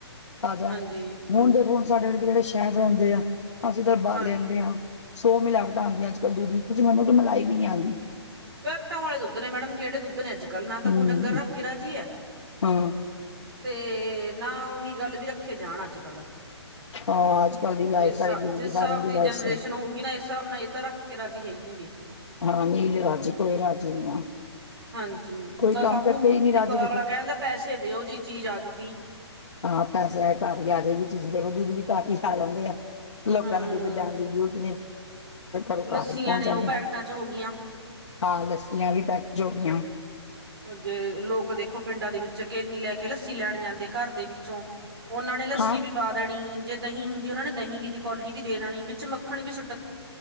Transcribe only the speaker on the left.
ਤਾਜ਼ਾ।
ਹੁਣ ਦੇਖੋ ਹੁਣ ਸਾਡੇ ਜਿਹੜੇ ਸ਼ਹਿਰ ਰਹਿੰਦੇ ਆ ਅਸੀਂ ਤਾ ਬਾਹਰ
ਲੈਂਦੇ ਆਾਂ। ਸੌ ਮਿਲਾਵਟਾਂ ਹੁੰਦੀਆਂ ਅੱਜ ਕੱਲ ਦੁੱਧ ਵਿੱਚ ਕੁੱਝ ਮੈਨੂੰ ਕਿ ਮਲਾਈ ਵੀ ਨਹੀਂ ਆਂਦੀ।
ਹਮ
ਹਾਂ
ਹਾਂ ਅੱਜ ਕੱਲ ਦੀ ਲਾਈਫ
ਸਾਰੀ
ਜ਼ਿੰਦਗੀ
ਸਾਰਿਆਂ
ਲਾਈਫ
ਸਟਾਈਲ
ਹਾਂ ਜੇ ਰਾਜੀ ਕੋਈ ਰਾਜੀ ਨਹੀਂ ਹੈ।
ਕੋਈ
ਕੰਮ
ਕਰਕੇ
ਹੀ ਨਹੀਂ
ਰਾਜੀ
ਹਾਂ ਪੈਸੇ ਆਏ ਘਰ ਹੀ ਆ ਜਾਏਗੀ ਚੀਜ਼ ਦੇ <inaudible> ਖੋ ਜੂਦ ਵੀ ਘਰ ਆ ਜਾਂਦੇ ਆ ਲੋਕਾਂ
ਨੂੰ ਕਿਤੇ ਜਾਣ ਦੀ ਜ਼ੂਰ <inaudible> ਡੋ ਕਾਫੀ
ਪਹੁੰਚ
ਜਾਂਦੇ
ਹਾਂ ਲੱੱਸੀਆਂ ਵੀ ਪੈਕ ਜੋਗੀਆਂ।
ਹਾਂ